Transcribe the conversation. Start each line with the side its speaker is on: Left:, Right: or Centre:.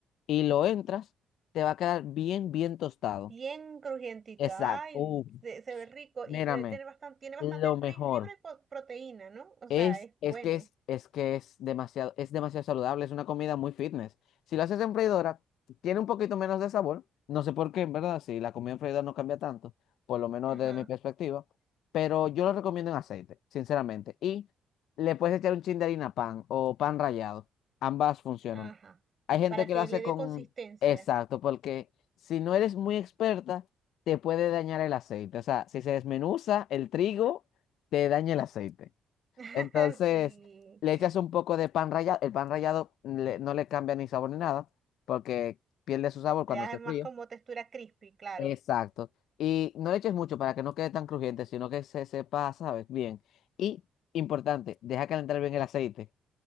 Left: y lo entras, te va a quedar bien, bien tostado.
Right: Bien crujientita,
Left: Exacto.
Right: ay,
Left: Uf,
Right: se, se ve rico
Left: mírame,
Right: y debe tener bastante, tiene bastante
Left: lo mejor.
Right: fri- fibra y po- proteína, ¿no? O
Left: Es,
Right: sea, es
Left: es
Right: bueno.
Left: que es, es que es demasiado, es demasiado saludable, es una comida muy fitness. Si lo haces en freidora, tiene un poquito menos de sabor. No sé por qué, en verdad, si la comida en freidora no cambia tanto, por lo menos
Right: Ajá,
Left: desde mi perspectiva. Pero yo lo recomiendo en aceite, sinceramente. Y le puedes echar un chin de harina pan o pan rallado. Ambas funcionan.
Right: ajá.
Left: Hay gente
Right: Para
Left: que
Right: que
Left: lo hace
Right: le
Left: con...
Right: dé consistencia.
Left: Exacto, porque si no eres muy experta, te puede dañar el aceite. O sea, si se desmenuza el trigo, te daña el aceite.
Right: <laughs>
Left: Entonces,
Right: Sí.
Left: le echas un poco de pan rallado. El pan rallado le- no le cambia ni sabor ni nada, porque pierde su sabor
Right: Le
Left: cuando
Right: da
Left: se
Right: más
Left: fríe.
Right: como textura crispy, claro.
Left: Exacto. Y no le eches mucho para que no quede tan crujiente, sino que se sepa, ¿sabes? Bien. Y, importante, deja calentar bien el aceite,